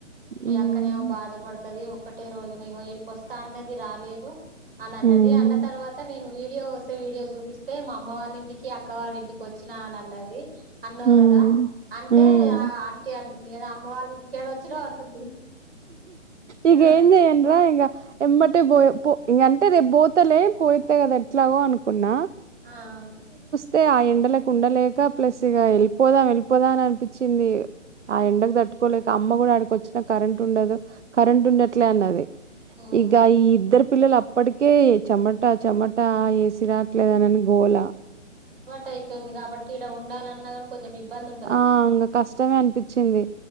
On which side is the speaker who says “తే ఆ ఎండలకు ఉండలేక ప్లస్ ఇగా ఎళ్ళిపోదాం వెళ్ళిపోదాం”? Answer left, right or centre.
Right